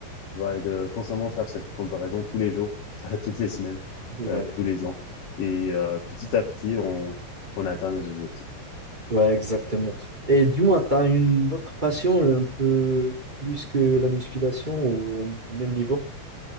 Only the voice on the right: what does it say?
Ouais,
ouais, exactement. Et dis-moi, tu as une autre passion un peu plus que la musculation ou au même niveau?